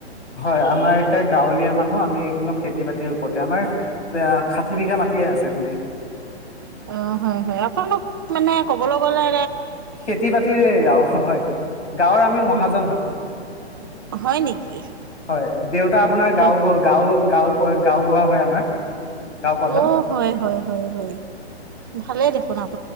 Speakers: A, on the left; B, on the right.
A: হয় আমাৰ গাঁৱলীয়া মানুহ আমি এইম খেতি বাতিৰ ওপৰতে আমাৰ এ ষাঠি বিঘা মাটিয়ে আছে মানে
B: অ হয় হয় আপোনালোক মানে ক'বলৈ গ'লে
A: খেতি বাতিৰে হয়। গাঁৱৰ আমি মহাজন হয়।
B: হয় নেকি?
A: হয় দেউতা আপোনাৰ
B: হয়
A: গাও গাও গাঁও প গাও বুঢ়া হয় আমাৰ গাঁও প্ৰধান
B: অ হয় হয় হয় হয় ভালে দেখোন। <inaudible>